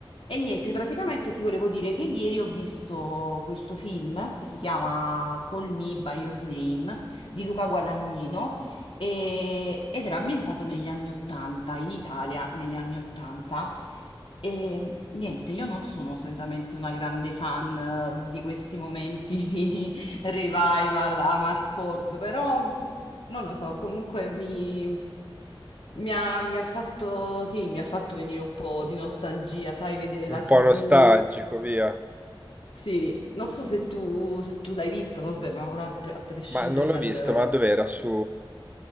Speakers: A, on the left; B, on the right.
A: E niente, praticamente ti volevo dire che ieri ho visto questo film che si chiama Call Me by Your Name di Luca Guadagnino e- ed era ambientato negli anni Ottanta, in Italia negli anni Ottanta. E niente, io non sono solitamente una grande fan eh, di questi momenti <laughs> revival a Marcord, però non lo so, comunque mi, mi ha, mi ha fatto, sì, mi ha fatto venire un po' di nostalgia, sai, vedere la
B: Un
A: TV.
B: po' nostalgico, via.
A: Sì, non so se tu, se tu l'hai visto, vabbè, ma ora a pre- a prescindere
B: Ma non l'ho
A: dal...
B: visto, ma dov'era? Su...